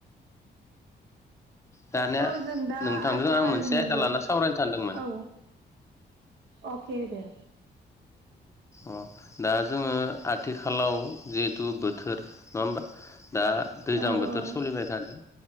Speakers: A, on the left (about 15°); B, on the right (about 80°).
A: दानिया
B: स' जों दा
A: नोंथांजों
B: आथिखालनि
A: आं मोनसे आयदा लाना सावरायनो सानदोंमोन
B: औ अखे दे
A: अ दा जोङो आथिखालाव जिहेथु बोथोर नङा होमबा। दा दैज्लां
B: औ
A: बोथोर
B: औ
A: सोलिबाय थादों